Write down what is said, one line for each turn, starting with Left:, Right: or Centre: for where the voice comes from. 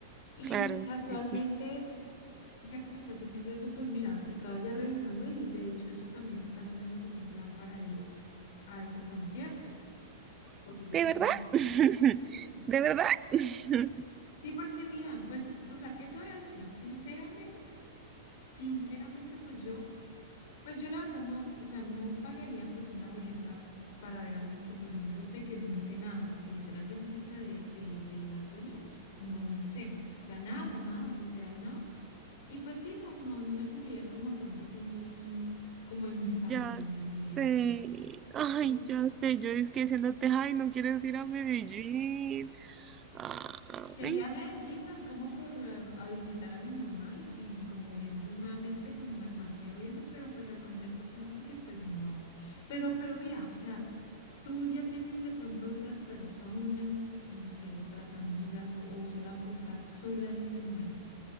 Left: Y
Right: Claro,
Left: casualmente,
Right: sí, sí.
Left: ya que me estás diciendo eso, pues mira, estaba ya revisando y de hecho ellos también están haciendo como un plan para ir a ese concierto, porque yo
Right: ¿De
Left: les
Right: verdad?
Left: encanta.
Right: <laughs>
Left: Sí,
Right: ¿De verdad? <laughs>
Left: Sí, porque mira, pues, o sea, ¿qué te voy a decir? Sinceramente, sinceramente, pues yo, pues yo la verdad no, o sea, no pagaría pues una boleta para ver a alguien que pues no me gusta y que no me sé nada, porque literal yo música de, de, de Bad Bunny no me sé, o sea, nada, nada, literal nada. Y pues sí, no, no, no me sentiría como de pronto así muy, como en mi salsa,
Right: Ya
Left: en mi ambiente.
Right: sé. Ay,
Left: Sí.
Right: ya sé. Yo es que diciéndote, ay, no quieres ir a Medellín. Ay,
Left: Se iría a Medellín, ¿no? Y como por eh, a visitar a mi mamá y, y como ir de- nuevamente como de paseo y eso, pero pues al concierto sí no, porque pues no. Pero, pero mira, o sea, tú ya tienes de pronto otras personas, no sé, otras amigas o, o sola o estás sola en este momento.